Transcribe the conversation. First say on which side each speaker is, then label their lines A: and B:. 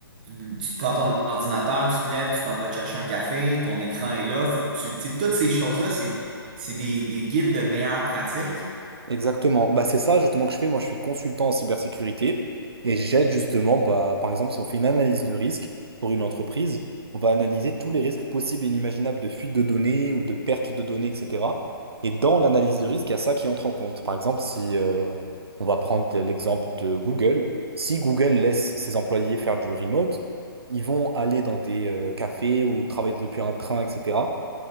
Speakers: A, on the right; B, on the right.
A: tu te prends ton ordinateur, tu te lèves, tu t'en vas te chercher un café, ton écran est là, faut que tu, tu sais, toutes ces choses-là, c'est, c'est des, des guides de meilleures pratiques.
B: Exactement. Bah, c'est ça justement que je fais. Moi, je suis consultant en cybersécurité et j'aide justement, bah, par exemple, si on fait une analyse de risque pour une entreprise, on va analyser tous les risques possibles et inimaginables de fuite de données ou de perte de données, etc. Et dans l'analyse de risque, il y a ça qui entre en compte. Par exemple, si euh, on va prendre l'exemple de Google, si Google laisse ses employés faire du remote, ils vont aller dans des euh, cafés ou travailler depuis un train, etc.